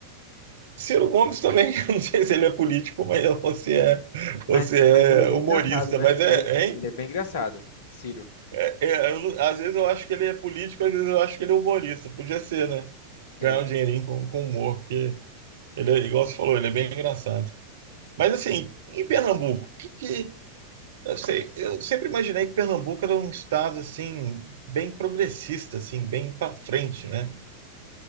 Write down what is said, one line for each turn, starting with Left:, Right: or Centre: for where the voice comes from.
Right: Ciro Gomes também, <laughs> eu não sei se ele é político, mas você é,
Left: Mas,
Right: você é
Left: mas ele é bem
Right: humorista,
Left: engraçado, né?
Right: mas é,
Left: Ele,
Right: hein?
Left: ele é bem engraçado, Ciro.
Right: É, é, eu não- às vezes eu acho que ele é político, às vezes eu acho que ele é humorista. Podia ser, né?
Left: É.
Right: Ganhar um dinheirinho com, com humor, porque ele é, igual você falou, ele é bem engraçado. Mas assim, em Pernambuco, o que que. Eu sei, eu sempre imaginei que Pernambuco era um estado assim, bem progressista, assim, bem para frente, né?